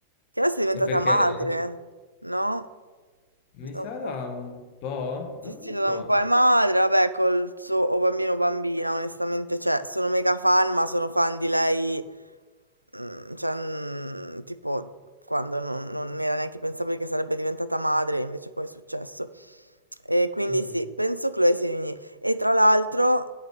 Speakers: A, on the right; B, on the left.
A: Che adesso è diventata
B: E perché
A: madre,
B: lei?
A: no? Da
B: Mi sa
A: un po'.
B: da un po'?
A: Sì,
B: Non
A: sì,
B: lo
A: da
B: so.
A: un po' è madre, vabbè, col suo o bambino o bambina, onestamente, cioè, sono mega fan, ma sono fan di lei, mm, cioè, mm, tipo, quando non, non era neanche pensabile che sarebbe diventata madre, invece poi è successo. E quindi
B: Mm.
A: sì, penso Chloe Sevigny. E tra l'altro,